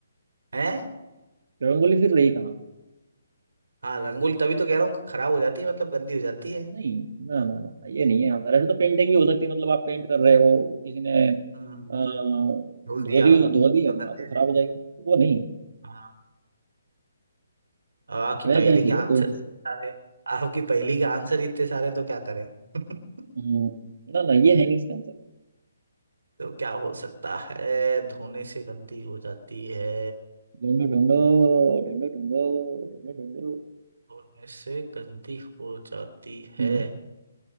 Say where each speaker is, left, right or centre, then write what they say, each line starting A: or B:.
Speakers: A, on the right; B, on the right.
A: हैं
B: रंगोली फिर रही कहाँ?
A: हाँ रंगोली तभी तो कह रहा हूँ खराब हो जाती है मतलब गंदी हो जाती है
B: नहीं ना ना ना ना, ये नहीं है अंदर ऐसे तो पेंटिंग भी हो सकती है मतलब आप पेंट कर रहे हो वो किसी ने
A: हम्म
B: अ,
A: धो
B: धो
A: दिया
B: दी धो दी है
A: तो गंदी
B: ना तो
A: हो
B: खराब
A: जाएगी
B: हो जाएगी तो वो नहीं
A: हाँ अब आपकी
B: वह
A: पहेली
B: क्या चीज
A: के आंसर
B: है दो
A: इतने
B: में से
A: सारे आपकी पहेली के आंसर इतने सारे तो क्या करें <laughs>
B: हम्म, ना ना ये है नहीं इसका आंसर
A: तो क्या हो सकता है धोने से गंदी हो जाती है
B: ढूंढो ढूंढो ढूंढो ढूंढो ढूंढो ढूंढो
A: धोने से गंदी हो जाती है
B: हम्म